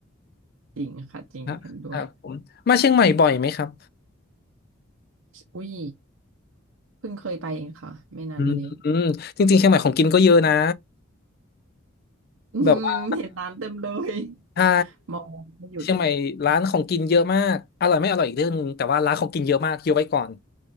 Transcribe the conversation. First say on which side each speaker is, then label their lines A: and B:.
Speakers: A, on the right (about 75°); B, on the left (about 45°).
A: จริงค่ะจริงเห็นด้วย
B: นะครับผมมาเชียงใหม่บ่อยไหมครับ
A: อุ้ยเพิ่งเคยไปเองค่ะไม่นานมานี้
B: อืมอืมจริงๆเชียงใหม่ของกินก็เยอะนะ
A: อืมเห็นร้านเต็มเลย
B: แบบว่าใช่
A: มองไม่หยุด
B: เชียงใหม่ร้านของกินเยอะมากอร่อยไม่อร่อยอีกเรื่องนึงแต่ว่าร้านของกินเยอะมากเยอะไว้ก่อน